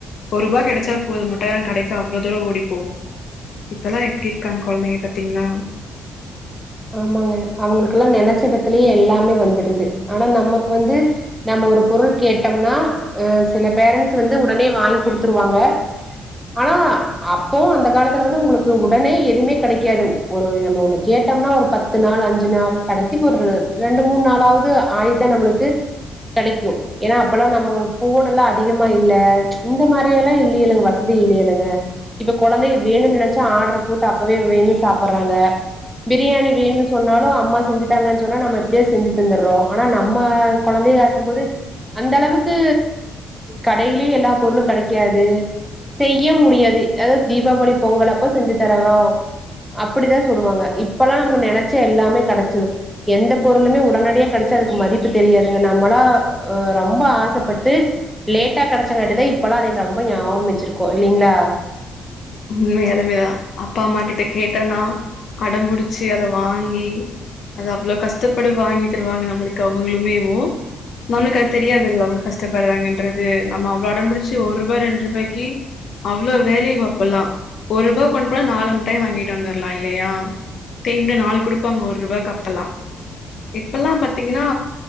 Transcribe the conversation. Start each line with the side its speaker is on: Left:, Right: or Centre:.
Left: ஒரு ரூவா கெடைச்சா போது முட்டாய் வாங்க கடைக்க அவ்ளோ தூரோ ஓடி போவோ இப்பல்லா எப்படி இருக்காங்க கொழந்தைங்க பாத்தீங்களா
Centre: ஆமாங்க அவங்களுக்கெல்லா நினைச்சிடத்திலயே எல்லாமே வந்துடுது ஆனா நமக்கு வந்து நம்ம ஒரு பொருள் கேட்டோம்னா அ சில பேரண்ட்ஸ் வந்து உடனே வாங்கி கொடுத்துருவாங்க ஆனா அப்போ அந்த காலத்துல வந்து உங்களுக்கு உடனே எதுவுமே கெடைக்காது ஒரு நம்ம ஒன்று கேட் டோம்னா ஒரு பத்து நாள் அஞ்சு நாள் கடைசிக்கு ஒரு ரெண்டு மூணு நாளாவது ஆயுதா நம்ளுக்கு கெடைக்கு ஏன்னா அப்பல்லா நம்ம ஃபோன் எல்லா அதிகமா இல்ல இந்த மாரி எல்லா இல்லையலுங்க வசதி இல்லையலுங்க இப்ப கொழந்தை வேணும்னு நினைச்சா ஆர்டர் போட்டு அப்பவே வேணு சாப்றாங்க பிரியாணி வேணும்னு சொன்னாலு அம்மா செஞ்சுதாங்கன்னு சொன்னா நம்ம எப் டியோ செஞ்சு தந்துர்றோ ஆனா நம்ம கொழந்தைையா இருக்கும்போது அந்த அளவுக்கு கடைலயு எல்லா பொருளு கெடைக்காது செய்ய முடியாது அதாது தீபாவளி பொங்கல் அப்ப செஞ்சு தரரோ அப்டிதா சொல்லுவாங்க இப் இப்பல்லா நம நினைச்ச எல்லாமே கிடைச்சிடு எந்த பொருளுமே உடனடியா கெடச்சா அதுக்கு மதிப்பு தெரியாதுங்க நம்மளா அ ரொம்ப ஆசப்பட்டு லேட்டா கெடச்சங்கட்டிதா இப்பல்லா அது ரொம்ப ஞாபகோ வச்ருக்கோ இல்லைங்களா
Left: உண்மையாலுமேதா அப்பா அம்மா கிட்ட கேட்டோனா அடம்புடுச்சு அத வாங்கி அத அவ்ளோ கஷ்டப்படு வாங்கி தருவாங்க நம்ளுக்கு அவங்களுமேவு நம்ளுக்கு அது தெரியாதுல்லா அவங்க கஷ்டப்படுறாங்கன்றது நம்ம அவ்ளோ அடம்புடுச்சு ஒரு ரூபா ரெண்டு ரூபாய்க்கு அவ்வளோ வேலேயு அ ப்பல்லா ஒர் ரூபா கொண்டு போன நாலு முட்டாய் வாங்கிட்டு வந்துரல்லா இல்லையா தேன்டு நாலு கொடுப்பாங்க ஒரு ரூபாக்கு அப்பல்லா இப்பல்லா பாத்தீங்கன்னா